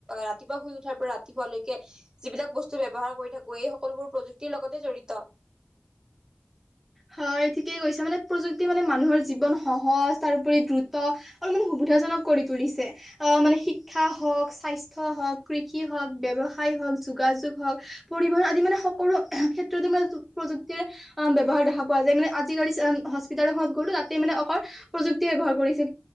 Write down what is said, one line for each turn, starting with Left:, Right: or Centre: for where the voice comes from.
Right: ৰাতিপুৱা শুই উঠাৰ পৰা ৰাতিপুৱালৈকে যিবিলাক বস্তু ব্যৱহাৰ কৰি থাকো এই সকলোবোৰ প্ৰযুক্তিৰ লগতে জড়িত।
Centre: <unintelligible> হয় ঠিকেই কৈছা। মানে প্ৰযুক্তি মানে মানুহৰ জীৱন সহজ তাৰপৰি দ্ৰুত আৰু মানে সুবিধা- জনক কৰি তুলিছে। অ মানে শিক্ষা হওঁক, স্বাস্থ্য হওঁক, কৃষি হওঁক, ব্যৱসায় হওঁক- যোগাযোগ হওঁক, পৰিবহন আদি মানে সকলো ক্ষেত্ৰতে মানে প্ৰযুক্তিৰ অ ব্যৱহাৰ দেখা- পোৱা যায়। মানে আজিকালি হস্পিতাল এখনত গ'লো তাতে মানে অকল প্ৰযুক্তি ব্যৱহাৰ কৰিছে।